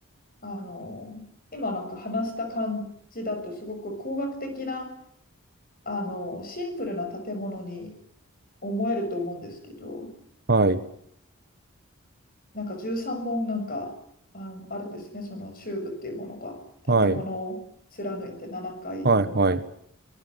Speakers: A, on the left; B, on the right.
A: あの、今なんか話した感じだとすごく工学的な、あの、シンプルな建物に思えると思うんですけど、
B: はい、
A: なんか13本なんかあの、あるんですね、そのチューブっていうものが、
B: はい、
A: 建物を貫いて7回分。
B: はい、はい、